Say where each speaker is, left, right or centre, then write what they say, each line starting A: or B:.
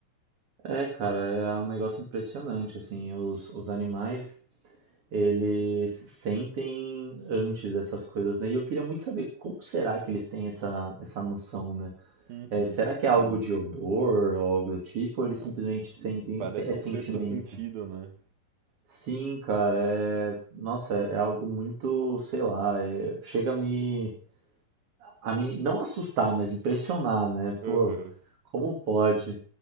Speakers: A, on the right; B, on the right.
A: É, cara, é um negócio impressionante, assim, os, os animais, Eles sentem antes essas coisas, né? E eu queria muito saber como será que eles têm essa, essa noção, né?
B: Uhum.
A: É, será que é algo de odor ou algo do tipo, ou eles
B: É
A: simplesmente
B: um-
A: sentem,
B: parece
A: é sentimento?
B: um sexto sentido, né?
A: Sim, cara, é, nossa, é algo muito, sei lá, é- chega a me, a me não assustar, mas impressionar, né?
B: Aham.
A: Pô, como pode?